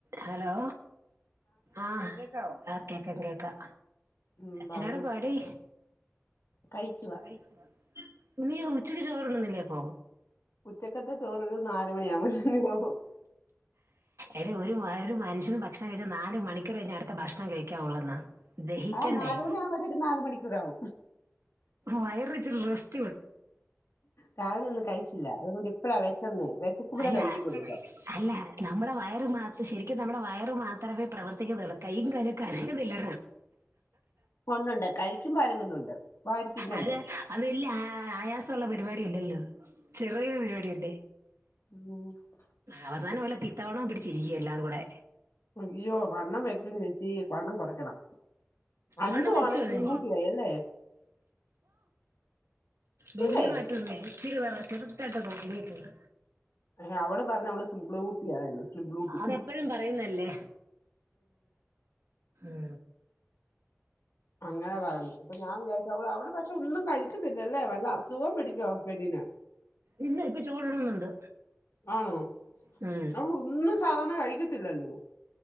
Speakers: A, on the right; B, on the left.
A: Hello ആ കേക്കാ കേക്കാ
B: ഉം പറഞ്ഞോ
A: എന്നാണ് പണി
B: കഴിക്കുവ
A: അയിക്ക <unintelligible> നീ ഉച്ചയ്ക്ക് ചോറുണ്ണുന്നില്ലേ അപ്പൊ
B: ഉച്ചക്കത്തെ ചോറൊരു നാലുമണിയാ വുമ്പോ
A: എടെ ഒരു മനുഷ്യ ഭക്ഷണം കയിച് നാല് മണിക്കൂറ് കഴിഞ് ഭക്ഷണം കഴിക്കാവൊള്ളെന്നാ ദഹിക്കണ്ടേ
B: ആ നാല് മണിയാകുമ്പോഴത്തേക്ക് നാല് മണിക്കൂറാവും
A: വയറി റസ്റ്റ്
B: രാവിലെ ഒന്നും കഴിച്ചില്ല അതുകൊണ്ട് ഇപ്പഴാ വെശെന്നെ വെശകുമ്പള
A: അല്ല
B: കഴിക്കത്തുള്ളൂപ്പ
A: അല്ല നമ്മടെ വയറ് മാത്ര ശരിക്കും നമ്മുടെ വയറ് മാത്രമേ പ്രവർത്തിക്കുന്നുള്ളൂ കൈ കാലും കറങ്ങുന്നില്ല
B: ഒന്നുണ്ട് കഴിക്കുമ്പോ അരങ്ങുന്നുണ്ട് വാരി തിന്നണ്ടേ
A: അത് അത് വല്ല്യ ആയാസംള്ള പരിപാടില്ലല്ലോ ചെറിയ പരിപാടിയല്ലേ
B: ഉം
A: അവസാനം വല്ല പിത്തവണവും പിടിച്ചിരിക്കും എല്ലാം കൂടെ
B: അയ്യോ വണ്ണം വെക്കും ചേച്ചി വണ്ണം കുറയ്ക്കണം അഞ്ചു
A: വണ്ണം വെച്ചോനീ
B: ആണ് സ്ലിംബൂട്ടിയായി അല്ലേ
A: വലിയ
B: ഇല്ലേ
A: മാറ്റൊന്നും ല്ല്യ ഇച്ചിരി ചെറുതായ്ട്ട് ഒന്ന് ഉരുണ്ടീട്ടുണ്ട്
B: ഏ, അവള് പറഞ്ഞ അവള് സ്ള് ബൂട്ടിആയത് സ്ള്ബൂട്ടി
A: അതെപ്പോഴും പറയുന്നല്ലേ ഏ
B: അങ്ങനെ പറഞ്ഞു അപ്പൊ ഞാൻ വിചാരിച്ചു അവള് അവിടെ പക്ഷെ ഒന്നും കഴിക്കത്തില്ലല്ലേ വല്ല അസുഖവും പിടിക്കും ആ പെണ്ണിന്
A: ഇല്ല ഇപ്പൊ ചോറുണ്ണുന്നുണ്ട്
B: ആണോ
A: ഉം
B: അവൾ ഒന്നും സാധാരണ കഴിക്കത്തില്ലല്ലോ